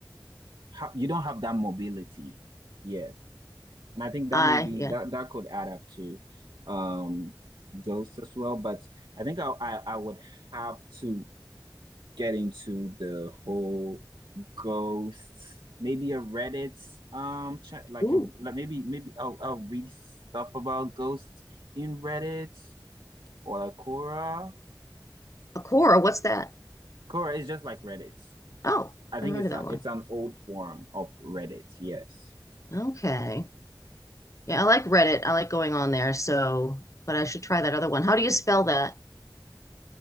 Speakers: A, on the right; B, on the left.
A: ha you don't have that mobility. Yes. And I think that
B: I,
A: maybe
B: yeah.
A: that that could add up to um ghosts as well. But I think I I, I would have to get into the whole ghosts, maybe a Reddit um chat, like
B: Ooh,
A: a like maybe maybe I'll I'll read stuff about ghosts in Reddit or like Quora.
B: Akora, what's that?
A: Quora is just like Reddit.
B: Oh,
A: I think
B: I heard
A: it's
B: of
A: a,
B: that one.
A: it's an old form of Reddit. Yes,
B: Okay. Yeah, I like Reddit. I like going on there. So, but I should try that other one. How do you spell that?